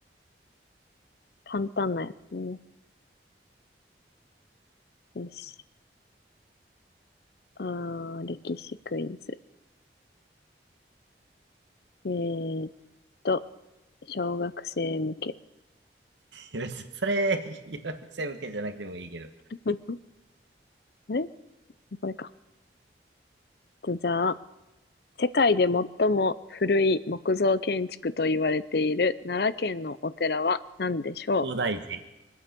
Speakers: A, on the left; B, on the right.
A: 簡単なやつね。よし。あー、歴史クイズ。えーっと、小学生向け。
B: いや別にそれ、いや背向けじゃなくてもいいけど。
A: <laughs> あれこれか。じゃあ、世界で最も古い木造建築と言われている奈良県のお寺は何でしょう
B: 東大寺。